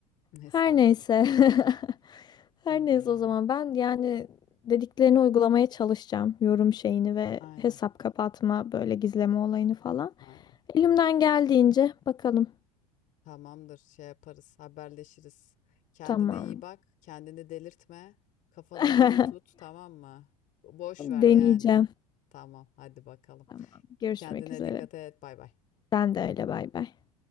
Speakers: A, on the left; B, on the left.
A: <laughs> Estağfurullah.
B: Her neyse. <laughs> Her
A: Öyle
B: neyse
A: yani.
B: o zaman ben yani dediklerini uygulamaya çalışacağım. Yorum şeyini ve
A: Aynen.
B: hesap kapatma böyle gizleme olayını falan.
A: Aynen.
B: Elimden geldiğince bakalım.
A: Tamamdır, şey yaparız, haberleşiriz. Kendine
B: Tamam.
A: iyi bak, kendini delirtme, kafanı
B: <laughs>
A: diri tut, tamam mı? Boş ver
B: Deneyeceğim.
A: yani. Tamam, hadi bakalım.
B: Tamam. Görüşmek
A: Kendine
B: üzere.
A: dikkat et, bay bay.
B: Sen de öyle bay bay.